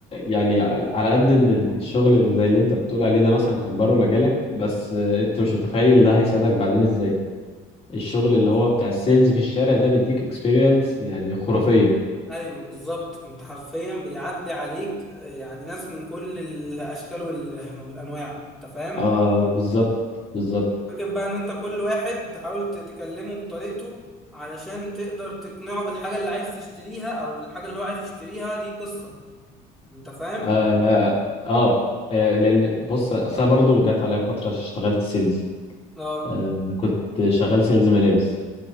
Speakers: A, on the left; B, in the centre.
A: يعني على قد ان الشغل اللي زي اللي انت بتقول عليه ده مثلا كان بره مجالك بس انت مش متخيل ده هيساعدك بعدين ازاي الشغل
B: وبص-
A: اللي هو بتاع السيلز في الشارع ده بيديك اكسبيرينس يعني خرافية
B: ايوه بالظبط انت حرفيا بيعدي عليك آه، يعني ناس من كل الاشكال وال... والانواع انت فاهم
A: اه بالظبط بالظبط
B: فكر بقى ان انت كل واحد تحاول تكلمه بطريقته علشان تقدر تقنعه بالحاجه اللي عايز تشتريها او الحاجه اللي هو عايز يشتريها دي قصه انت فاهم
A: اه, آه. آه، لان بص اصل أنا برضو جت عليا فترة اشتغلت سيلز
B: اه
A: آه. كنت شغال سيلز ملابس